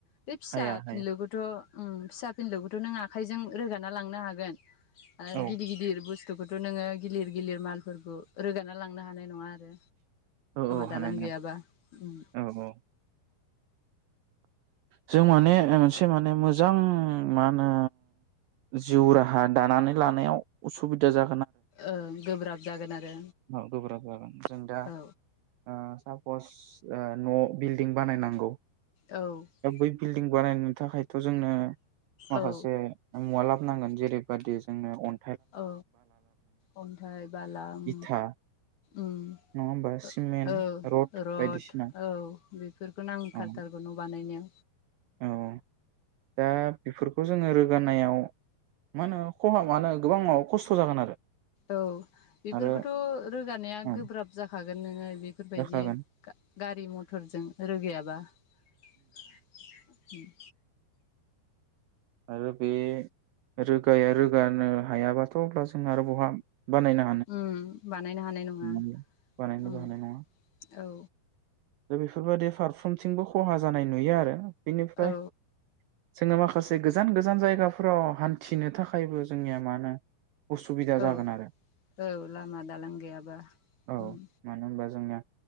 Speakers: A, on the left; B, on the right.
A: बे फिसा
B: हाया
A: फिनलुखौथ'
B: हाया
A: औ फिसा फिनलौखौथ' नों आखाइजों रोगाना लांनो हागोन। आरो
B: औ
A: गिदिर गिदिर बुस्थ बुथुखौथ' नोङो गिलिर गिलिर मालफोरखौ रोगाना लां नो हानाय नङा आरो
B: औ अ
A: दालां
B: हानाय नङा
A: गैयाबा उम
B: औ अ जों माने ओ एसे माने मोजां मा होनो जिउ राहा दानानै लानायाव उसुबिदा जा
A: ओ गोब्राब जागोन आरो
B: औ गोब्राब जागोन जों दा
A: औ
B: ओ सापस ओ न' बिल्डिं बानायनांगौ।
A: औ
B: दा बै बिल्डिं बानायनो थाखायथ' जोंनो माखासे
A: औ
B: ओ मुवालाब नांगोन जेरैबादि जोंनो अन
A: औ अन्थाइ बाला उम
B: इथा
A: उम
B: नङा होमबा
A: ओ
B: सिमेन्ट
A: औ रड
B: बायदिसिना
A: औ बेफोरखो नांखाथारगौ
B: औ
A: न' बानायनो
B: औ अ दा बेफोरखौ जोङो रोख गाननायाव मा होनो खहा मानो गोबां औ खस्थ' जागोन आरो
A: औ बेफोरखौथ'
B: आरो
A: रोगानाया
B: औ
A: गोब्राब जाखा गोन नोङो बेफोरबायदि
B: जाखागोन
A: गा गारि मथरजों रोगायाबा उम
B: आरो बे रोगाया रोगानो हायाबाथ' अब्ला जों आरो बहा बानायनो
A: उम बानायनो हानाय
B: हानो
A: नङा
B: बानायनोबो
A: उम
B: हानाय नङा
A: औ
B: दा बेफोरबादि फारफ्रोमथिंबो खहा जानाय नुयो आरो बिनिफ्राय
A: औ
B: जोङो माखासे गोजान गोजान जायगाफोराव हान्थिनो थाखायबो जोंनिया मानो उसुबिदा
A: औ
B: जागोन आरो
A: औ लामा दालां गैयाबा
B: अ औ
A: उम
B: मानो होनबा जोंनिया